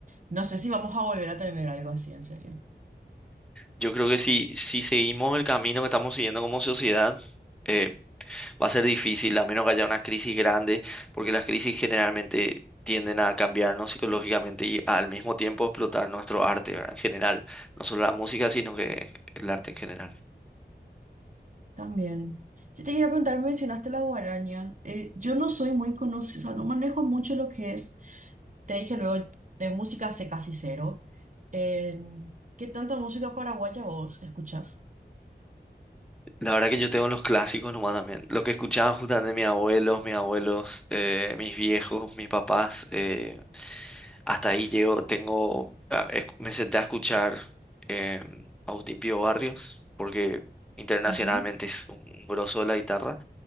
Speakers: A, on the right; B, in the centre.
A: no sé si vamos a volver a tener algo así, en serio.
B: Yo creo que si, si seguimos el camino que estamos siguiendo como sociedad, eh, Va a ser difícil, a menos que haya una crisis grande, porque las crisis generalmente tienden a cambiarnos psicológicamente y al mismo tiempo explotar nuestro arte, ¿verdad? En general, no solo la música, sino que el arte en general.
A: También. Yo te quería preguntar, mencionaste la guaraña. Eh, yo no soy muy conocida, o sea, no manejo mucho lo que es, te dije luego, de música sé casi cero. En- ¿qué tanta música paraguaya vos escuchás?
B: La verdad que yo tengo los clásicos nomás también. Lo que escuchaba justamente mis abuelos, mis abuelos, eh, mis viejos, mis papás. eh, hasta ahí llego, tengo, ah, es- me senté a escuchar eh, Agustín Pío Barrios, porque internacionalmente
A: Ujú,
B: es un, un grosso de la guitarra.